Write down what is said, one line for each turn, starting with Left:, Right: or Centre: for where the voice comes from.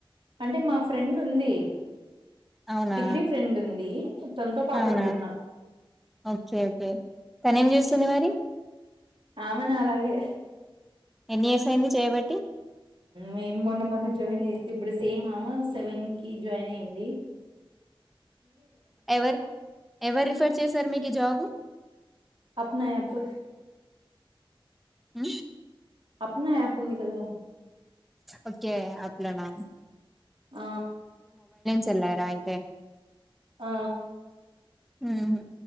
Right: అంటే మా ఫ్రెండ్ ఉంది
Centre: అవునా
Right: డిగ్రీ ఫ్రెండ్ ఉంది తనతో పాటు
Centre: అవునా
Right: ఉంటున్నా
Centre: ఓకే ఓకే తనీ ఏం చేస్తుంది మరి
Right: ఆమనా అలాగే
Centre: ఎన్ని ఇయర్స్ అయింది చేయబట్టి
Right: మేము మొన్న మొన్న జాయిన్ అయితే ఇప్పుడు సేమ్ అమ్మే సెవెన్ కి జాయిన్ అయ్యంది
Centre: ఎవర్ ఎవరు రిఫర్ చేశారు మీకు ఈ జబు
Right: అప్నా యాప్
Centre: హ
Right: అప్నా యాపు ఉంది కద
Centre: ఓకే యాప్ లోనా
Right: ఆ
Centre: చల్లార అయితే
Right: ఆ
Centre: హ్మ్